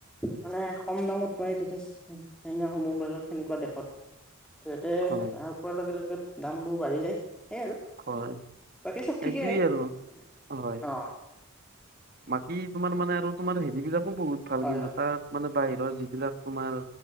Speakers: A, in the centre; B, on the right (about 45°).
A: মানে কম দামত পাই তাতে চাইনাসমূহ মাজত সেনেকুৱা দেশত ত' ইয়াতে
B: হয়
A: আহ পোৱাৰ লগে লগে দাম বোৰ বাঢ়ি যায়। সেইয় আৰু
B: হয়
A: বাকী চব
B: এইটোয়ে
A: ঠিকে
B: আৰু
A: মানে
B: হয়
A: অ।
B: বাকী তোমাৰ মানে আৰু তোমাৰ হেৰিবিলাকো বহুত ভাল
A: হয়
B: কিন্তু
A: হয়
B: তাত মানে বাহিৰৰ যিবিলাক তোমাৰ